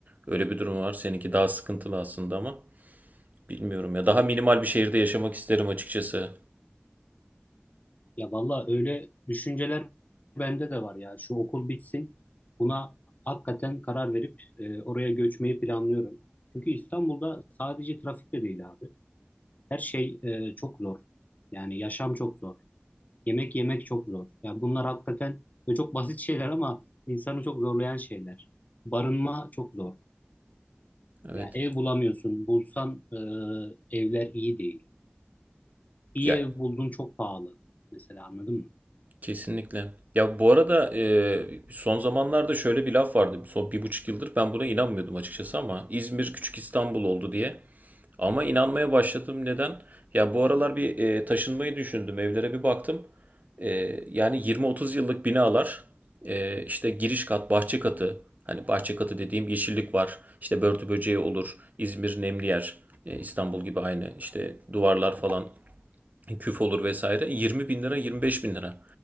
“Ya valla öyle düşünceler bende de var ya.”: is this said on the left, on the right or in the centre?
Left